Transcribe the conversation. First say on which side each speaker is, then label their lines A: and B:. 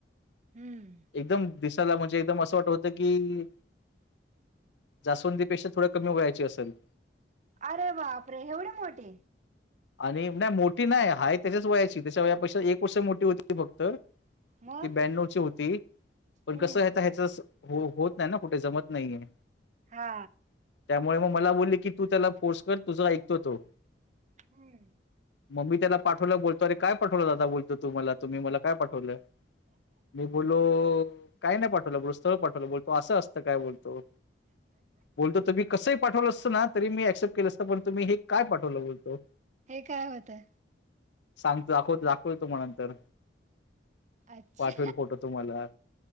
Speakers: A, on the right; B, on the left.
A: हम्म
B: एकदम दि दिसायला म्हणजे एकदम असं वाट होतं की जास्वंदीपेक्षा थोड कमी वयाची असेल.
A: अरे बाप रे एवढी मोठी
B: आरे ऐवढी मोठी नाही हाय त्याच्याच वयाची त्याच्या वयापेक्षा एक वर्ष मोठी होती ती फक्त्त
A: मग
B: ती ब्याण्णवची होती पण
A: हम्म.
B: कसं आता ह्याच होत नाही ना कुठं जमत नाहीये.
A: हा
B: त्यामुळे मग मला बोलले की तू त्याला फोर्स कर तुझा ऐकतो तो
A: हम्म
B: मम्मी त्याला पाठवलं बोलतोर काय पाठवलं ददा बोल तो मला तुम्ही मला काय पाठवलं मी बोलो काय नाही पाठवलं बोलो स्थळ पाठवलं बोलतो असं असतं काय बोलतो बोलतो तर मी कसं पाठवलं असं ना तरी मी ऍक्सेप्ट केलं असं पण तुम्ही हे काय पाठवलं बोलतो
A: हे काय होतय
B: सांगतो दाखवतो दाखवतो तुम्हाला स्थळ
A: अच्छा.
B: पाठवेल फोटो तुम्हाला